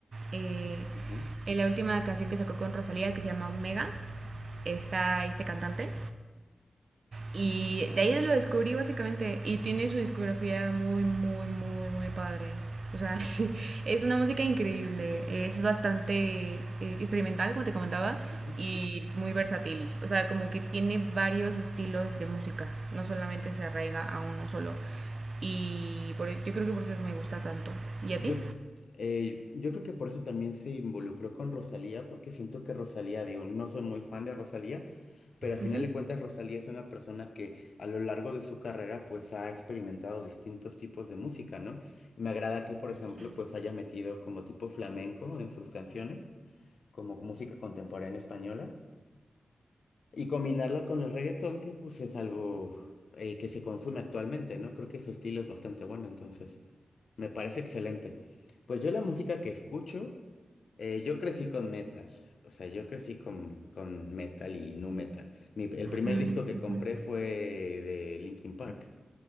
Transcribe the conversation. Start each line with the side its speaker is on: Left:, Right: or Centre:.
Right: Eh,
Left: Ujú,
Right: en la última canción que sacó con Rosalía, que se llama Omega, está este cantante. Y de ahí lo descubrí básicamente. Y tiene su discografía muy, muy, muy, muy padre. O sea, <laughs> es una música increíble. Es bastante eh, experimental, como te comentaba,
Left: ujú.
Right: y muy versátil. O sea, como que tiene varios estilos de música. No solamente se arraiga a uno solo. Y por, yo creo que por eso me gusta tanto. ¿Y a
Left: Yo,
Right: ti?
Left: eh, yo creo que por eso también se involucró con Rosalía, porque siento que Rosalía, digo, no soy muy fan de Rosalía, pero al final
Right: Ujú.
Left: de cuentas Rosalía es una persona que a lo largo de su carrera pues ha experimentado distintos tipos de música, ¿no? Y me agrada que, por
Right: Sí.
Left: ejemplo, pues haya metido como tipo flamenco en sus canciones. como música contemporánea española y combinarla con el reggaetón, que pues es algo eh, que se consume actualmente, ¿no? Creo que su estilo es bastante bueno, entonces me parece excelente. Pues yo la música que escucho, eh, yo crecí con metal, o sea, yo crecí con, con metal y nu metal. Mi- el primer
Right: Mm,
Left: disco que
Right: ujú.
Left: compré fue de Linkin Park.